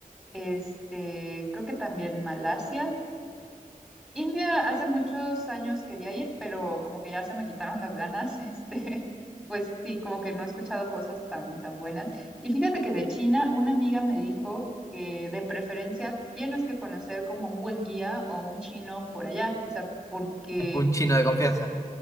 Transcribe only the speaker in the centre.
este, creo que también Malasia. India hace muchos años quería ir, pero como que ya se me quitaron las ganas, <laughs> este, pues sí, como que no he escuchado cosas tan, tan buenas. Y fíjate que de China, una amiga me dijo que de preferencia tienes que conocer como un buen guía o un chino por allá, o sea, porque